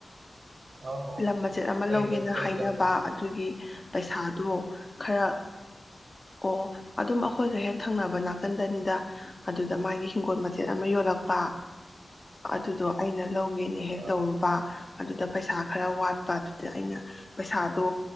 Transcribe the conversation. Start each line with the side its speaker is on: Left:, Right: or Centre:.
Right: ꯑꯧ ꯑꯧ
Left: ꯂꯝ ꯃꯆꯦꯠ ꯑꯃ
Right: ꯀꯔꯤ
Left: ꯂꯧꯒꯦꯅ
Right: ꯂꯝ ꯀꯔꯤ
Left: ꯍꯥꯏꯅꯕ
Right: ꯂꯝꯗ
Left: ꯑꯗꯨꯒꯤ ꯄꯩꯁꯥꯗꯣ ꯈꯔ ꯑꯣ ꯑꯗꯨꯝ ꯑꯩꯈꯣꯏꯒ ꯍꯦꯛ ꯊꯪꯅꯕ ꯅꯥꯀꯟꯗꯅꯤꯗ꯫ ꯑꯗꯨꯗ ꯃꯥꯒꯤ ꯍꯤꯡꯒꯣꯜ ꯃꯆꯦꯠ ꯑꯃ ꯌꯣꯜꯂꯛꯄ ꯑꯗꯨꯗꯣ ꯑꯩꯅ ꯂꯧꯒꯦꯅ ꯍꯦꯛ
Right: ꯑꯥ
Left: ꯇꯧꯔꯨꯕ ꯑꯗꯨꯗ ꯄꯩꯁꯥ ꯈꯔ ꯋꯥꯠꯄ ꯑꯗꯨꯗ ꯑꯩꯅ ꯄꯩꯁꯥꯗꯣ